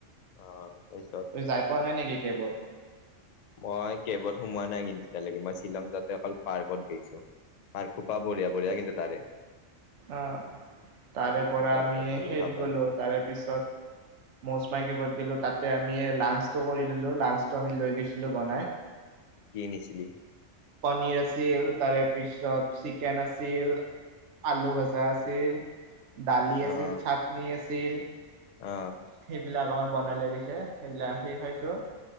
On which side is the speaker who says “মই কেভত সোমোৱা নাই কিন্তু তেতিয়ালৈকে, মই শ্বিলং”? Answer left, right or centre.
Left